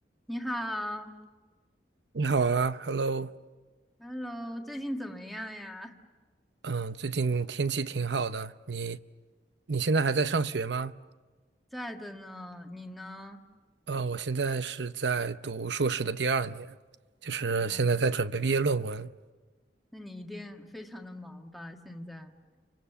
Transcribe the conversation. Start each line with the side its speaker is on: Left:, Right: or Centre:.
Centre: 你好
Right: 你好啊，Hello，
Centre: ，Hello，最近怎么样呀？
Right: 嗯，最近天气挺好的。你你现在还在上学吗？
Centre: 在的呢，你呢？
Right: 呃，我现在是在读硕士的第二年，就是现在在准备毕业论文。
Centre: 哦，那你一定非常的忙吧？现在，